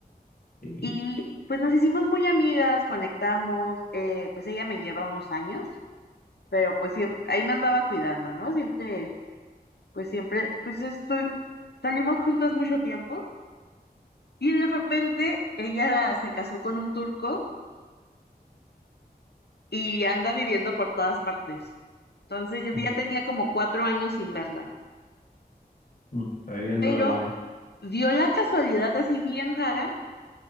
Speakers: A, on the left; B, on the left.
A: Sí.
B: Y pues nos hicimos muy amigas, conectamos, eh, pues ella me lleva unos años, pero pues siem- ahí me andaba cuidando, ¿no? Siempre, pues siempre, pues estoy, salimos juntas mucho tiempo. Y de repente ella se casó con un turco y anda viviendo por todas partes. Entonces yo ya
A: <laughs>
B: tenía como cuatro años sin verla,
A: Mm, Está viviendo
B: pero
A: la vida.
B: dio la casualidad así bien rara